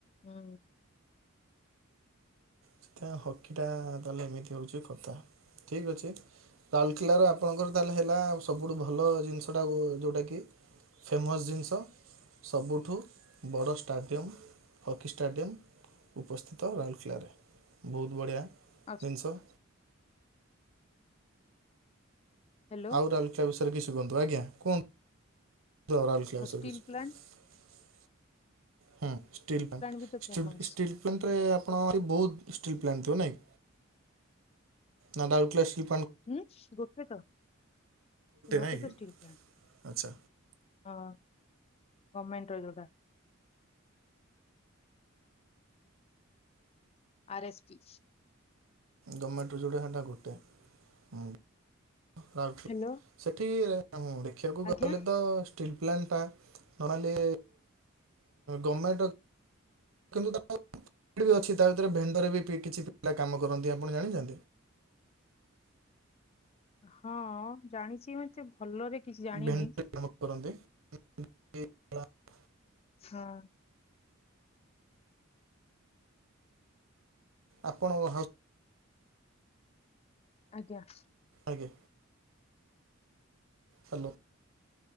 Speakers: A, on the left; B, on the right.
A: ହୁଁ।
B: ସେଥିପାଇଁ ହକିଟା ତାହେଲେ ଏମିତି ହଉଛି କଥା। ଠିକ ଅଛି, ରାଉଲକେଲାରେ ଆପ ଆପଣଙ୍କର ତାହେଲେ ହେଲା ସବୁଠୁ ଭଲ ଜିନିଷଟାକୁ ଯୋଉଟାକି ଫେମସ୍ ଜିନିଷ ସବୁଠୁ ବଡ଼ ଷ୍ଟାଡ଼ିୟମ୍, ହକି ଷ୍ଟାଡ଼ିୟମ୍ ଉପସ୍ଥିତ ରାଉରକେଲାରେ। ବହୁତ ବଢ଼ିଆ
A: ଆଉ
B: ଜିନିଷ
A: ହ୍ୟାଲୋ
B: ଆଉ ରାଉଲକେଲା ବିଷୟରେ କିଛି କୁହନ୍ତୁ। ଆଜ୍ଞା, କୁହନ୍ତୁ। ତ ରାଉଲକେଲା
A: ଆଉ
B: ବିଷୟରେ
A: ଷ୍ଟିଲ୍
B: କିଛି
A: ପ୍ଲାଣ୍ଟ
B: ହୁଁ ଷ୍ଟିଲ୍ ପ୍ଲାଣ୍ଟ
A: ବି ତ ଫେମସ୍।
B: ଷ୍ଟିଲ୍ ପ୍ଲାଣ୍ଟରେ ଆପଣ <unintelligible> ବହୁତ ଷ୍ଟିଲ୍ ପ୍ଲାଣ୍ଟ ଥିବ ନାଇଁ। ରାଉରକେଲା ଷ୍ଟି
A: ହୁଁ ଗୋଟେ ତ ଗୋଟେ
B: ନାଇଁ କି
A: ତ ଷ୍ଟିଲ ପ୍ଲାଣ୍ଟ।
B: ଆଚ୍ଛା
A: ହଁ ଗମେଣ୍ଟର ଯୋଉଟା। R S P.
B: ଗମେଣ୍ଟ ରୁ ଯୋଡେ ସେଇଟା ଗୋଟେ ହୁଁ।
A: ହ୍ୟାଲୋ
B: ସେଠି ଦେଖିବାକୁ ଗଲେ
A: ଆଜ୍ଞା
B: ତ ଷ୍ଟି ପ୍ଲାଣ୍ଟ ଟା ନହେଲେ ଗର୍ମେଣ୍ଟ କିନ୍ତୁ ତା ଅଛି ତା ଭିତରେ ଭେଣ୍ଡରେ ବି କିଛି ପିଲା କାମ କରନ୍ତି, ଆପଣ ଜାଣିଚନ୍ତି?
A: ହଁ ଜାଣିଚି ମତେ ଭଲରେ କିଛି ଜାଣିନି।
B: ଭେଣ୍ଡରେ କାମ <unintelligible>
A: ହଁ।
B: ଆପଣ କଣ ହାଉସ୍
A: ଆଜ୍ଞା।
B: ଆଜ୍ଞା। ହାଲୋ।